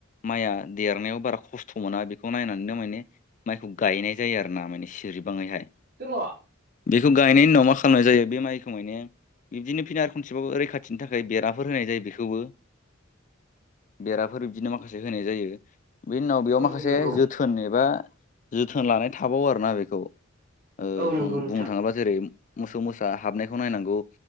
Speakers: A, on the left (about 40°); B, on the right (about 50°).
A: माइया देरनायाव बारा खस्थ' मोना बेखौ नायनानैनो माने माइखौ गायनाय जायो। <unintelligible> सिरि माने सिरिबाङैहाय
B: <unintelligible>
A: बेखौ गायनायनि उनाव मा खालामनाय जायो बे माइखौ मायने बिब्दिनो फिन आरो खनसेबाबो रैखाथि खाथिनि थाखाय बेराफोर होनाय जायो बेखौबो। बेराफोर बिदिनो माखासे होनाय जायो। बेनि उनाव बेयाव
B: औ
A: माखासे
B: नंगौ
A: जोथोन एबा जोथोन लानाय थाबावो आरोना बेखौ। ओ
B: औ नंगौ नोंथां
A: बुंनो थाङोबा जेरै मोसौ मोसा हाबनायखौ नायनांगौ